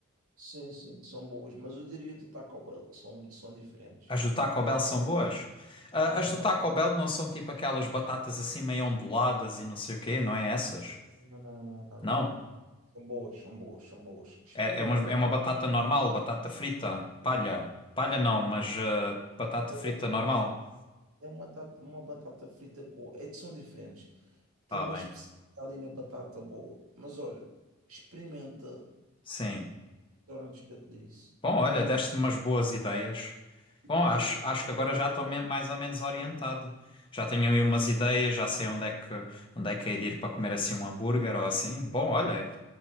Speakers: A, on the right; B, on the left.
A: Sim, sim, são boas, mas eu diria que o Taco Bell, que são, são diferentes.
B: As do Taco Bell são boas. Ah,
A: Mas
B: as
A: de
B: do
A: uma
B: Taco
A: coisa,
B: Bell não são tipo aquelas batatas assim meio onduladas e não sei o quê, não é essas?
A: não, não, não, não, não.
B: Não?
A: São boas, são boas, são boas. Experimenta,
B: É, é uma, é
A: pô.
B: uma batata normal, batata frita, palha. Palha não, mas eh, batata
A: É Uma
B: frita
A: batata,
B: normal.
A: é uma batata, uma batata frita com. É, são diferentes. Tem
B: Ah,
A: uma
B: bem.
A: especialidade ali na batata boa. Mas olha, experimenta
B: Sim.
A: restaurantes que eu te disse,
B: Bom, olha,
A: está
B: deste-me
A: bem?
B: umas boas ideias.
A: Depois
B: Bom, acho, acho
A: diz
B: que agora
A: qualquer
B: já estou
A: coisa,
B: me- mais ou menos orientado. Já tenho aí umas ideias, já sei onde é que, onde é que é de ir para comer assim um hambúrguer ou assim. Bom, olha,